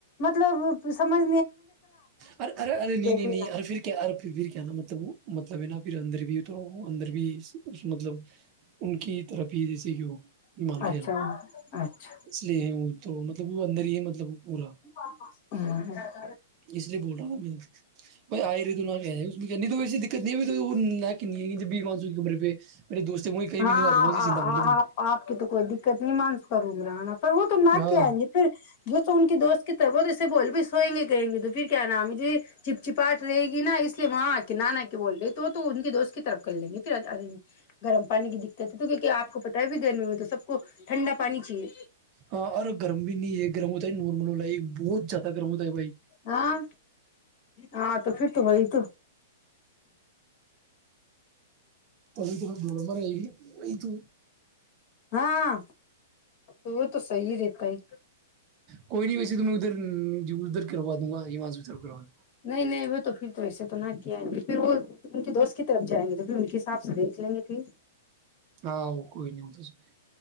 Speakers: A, on the left; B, on the right.
A: مطلب سمج۔
B: ار ارے ارے نہیں نہیں
A: لینا
B: نہیں ارے پھر کیا ارے پھر کیا نا مطلب وہ۔ مط۔ تبھی نا پھر اندر بھی تو ہو تو اندر بھی۔ اس مطلب ان کی طرفی جیسے کی مان
A: اچھا
B: گ
A: اچھا
B: اس لیے توت مطلب وہ اندر ہی مطلب پورا
A: ہ <inaudible>
B: اس لیے بول رہا تھا میں بھائی آئے رہی تو کہ نہیں تو ویسی دقت نہیں نہ بیس مانسو کی عمرے پہ میرے دوست ہیں وہیں کہیں
A: ہاں
B: بھی نہیں لاتا وہیں
A: ہ
B: زندہ مر لے تم
A: آپ آپ کی تو کوئی دقت نہیں مانسک کر ا مران پر وہ تو نہ
B: ہاں
A: کے آئیں گے پھر جو تو ان کے دوست کی طرف وہ ایسے بول بھی سوئیں گے کریں گے تو پھر کیا نام مجھے چپ چپاٹ رہےی نا اس لیے وہاں آ کے نانا کے بول رہے تو ان کی دوست کی طرف کر لیں گے پھر گرم پانی کی دقت ہے تو کیکہ آ کو پتا ہے بھی گرمی میں تو سب کو ٹھنڈا پانی چاہیے
B: ہاں ارے گرم بھی نہیں یہ گرم ہو تھا ہے نرمل ہو ل ہے بہت زد گرموںتا ہے بھائی
A: ہاں ہاں تو پھر تو وہی تو <inaudible>
B: توب تو بڑ بڑ یہ تو
A: ہاں تو وہ تو صحی رہتا ہے
B: کوئی نہیں ویسے تو میں ادھر ادھر کروا دوں گا ہماش بھی کروا دوںا
A: نہیں نہیں وہ تو پھر تو ایسے تو نہ کیائیں گے پھر وہ ان کے دوست کی طرف جائیں گے تو پھر ان کے حساب سے دیکھ لیں گے پھر
B: آ کوئی نہیں توسائی